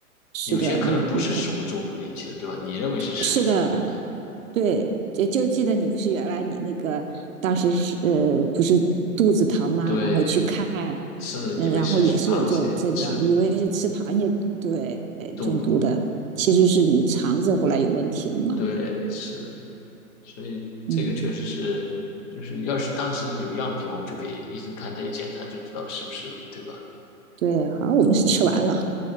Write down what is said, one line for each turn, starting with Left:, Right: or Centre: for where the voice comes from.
Right: 是的，
Left: 有些可能不是食物中毒引起的，
Right: 你你可
Left: 对吧？你认为是食物中毒的，
Right: 是的，对，就就记得你不是原来你那个当时是呃不是肚子疼吗？
Left: 对，
Right: 然后去看，
Left: 是以为是螃蟹吃
Right: 嗯、然后也是有这种症状，以为是吃螃蟹对中毒的，
Left: 中毒，
Right: 其实是你肠子后来有问题了嘛。
Left: 对，是的。所以这个确实是，
Right: 嗯，
Left: 就是要是当时有样品，我们就给医生看，他一检查就知道是不是了，对吧？
Right: 对，好我们是吃完了。
Left: 嗯，